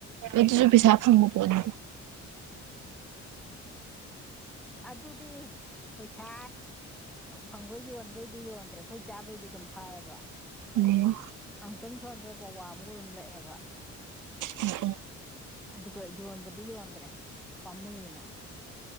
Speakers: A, on the right; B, in the centre.
A: ꯑꯩꯠꯇꯤꯔꯨ ꯄꯁ ꯍꯥꯞ ꯐꯪꯕ ꯄꯣꯠꯅꯤ
B: ꯑꯗꯨꯗꯤ ꯄꯩꯁꯥ ꯐꯪꯕꯩ ꯌꯣꯟꯕꯩꯗꯤ ꯌꯣꯟꯗ꯭ꯔꯦ ꯑꯩꯈꯣꯏ ꯆꯥꯕꯩꯗꯤ ꯑꯗꯨꯝ ꯐꯌꯦꯕ
A: ꯎꯝ
B: ꯑꯃꯨꯛꯇꯪ ꯁꯣꯟꯕꯗ ꯄꯋꯥ ꯑꯥꯃꯥ ꯒꯨꯝꯕ ꯂꯛꯑꯦꯕ
A: ꯎꯝ ꯎꯝ
B: ꯑꯗꯨꯒ ꯌꯣꯟꯕꯗꯤ ꯌꯣꯟꯗ꯭ꯔꯦ ꯄꯥꯝꯃꯨꯏꯅ